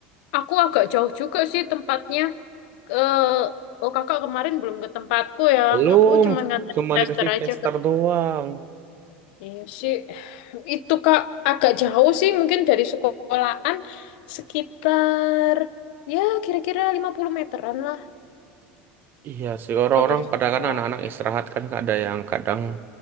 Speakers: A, on the left; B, on the right.
A: aku agak jauh juga sih tempatnya eh oh kakak kemarin belum ke tempatku ya
B: belum,
A: aku cuma nganterin
B: cuma
A: tester
B: dikasih
A: aja
B: tester
A: ke
B: doang.
A: iya sih itu Kak agak jauh sih mungkin dari sekolahan sekitar ya kira-kira 50 meteran lah
B: Iya sih orang-orang
A: kalau dari sekolah
B: pada kan anak-anak istirahat kan ada yang kadang